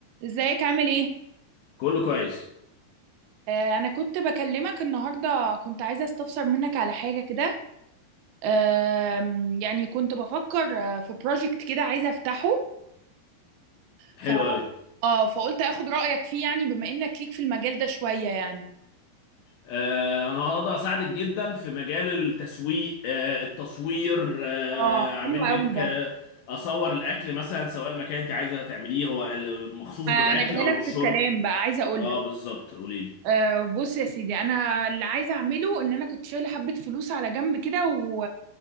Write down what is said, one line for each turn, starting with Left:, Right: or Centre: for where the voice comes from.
Right: ازيك عامل ايه؟
Left: كله كويس
Right: آه انا كنت بكلمك النهارده كنت عايزه استفسر منك على حاجه كده آم، يعني كنت بفكر آه، في بروجكت كده عايزه افتحه ف...
Left: حلو قوي
Right: آه فقلت اخد رايك فيه يعني بما انك ليك في المجال ده شويه يعني
Left: آه انا هقدر اساعدك جدا في مجال التسويق آه التصوير آه
Right: اه
Left: اعمل
Right: حلو
Left: لك
Right: قوي ده
Left: آه اصور الاكل مثلا سواء المكان انت عايزه تعمليه هو ال- مخصوص
Right: انا
Left: بالاكل
Right: جاي
Left: او
Right: لك
Left: بالشرب
Right: في الكلام بقى عايزه اقول
Left: اه
Right: لك
Left: بالظبط قولي لي
Right: أه بص يا سيدي انا اللي عايزه اعمله ان انا كنت شايله حبه فلوس على جنب كده و...